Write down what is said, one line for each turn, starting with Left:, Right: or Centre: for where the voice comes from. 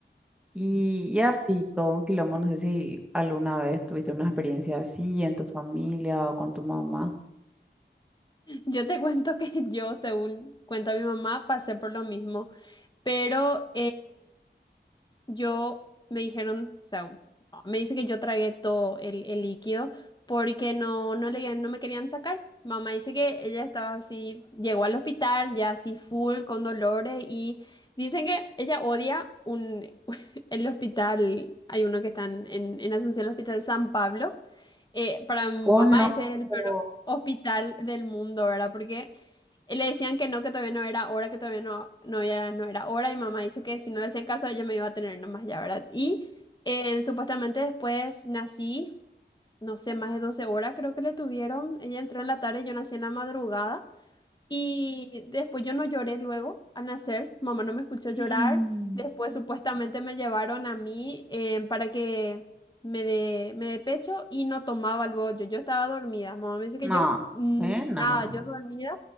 Centre: Y, y así, todo un quilombo, no sé si alguna vez tuviste una experiencia así en tu familia o con tu mamá.
Left: Yo te cuento que yo, según cuenta mi mamá, pasé por lo mismo, pero Yo me dijeron, o sea, me dice que yo tragué todo el, el líquido porque no, no le, no me querían sacar. Mamá dice que ella estaba así, llegó al hospital ya así full con dolores y dicen que ella odia un, <laughs> el hospital, hay uno que está en, en en Asunción, el Hospital San Pablo. Eh, para mamá
Centre: Conozco.
Left: ese es el peor hospital del mundo, ¿verdad? Porque y Le decían que no, que todavía no era hora, que todavía no, no era, no era hora. Y mamá dice que si no le hacían caso, ella me iba a tener nomás ya, ¿verdad? Y eh, supuestamente después nací, no sé, más de 12 horas creo que le tuvieron. Ella entró en la tarde, yo nací en la madrugada. Y después yo no lloré luego al nacer. Mamá no me escuchó llorar.
Centre: Mm.
Left: Después supuestamente me llevaron a mí eh, para que me dé me dé pecho y no tomaba luego yo. Yo estaba dormida. Mamá me dice que
Centre: No,
Left: yo, mm,
Centre: eh, no.
Left: nada, yo dormida.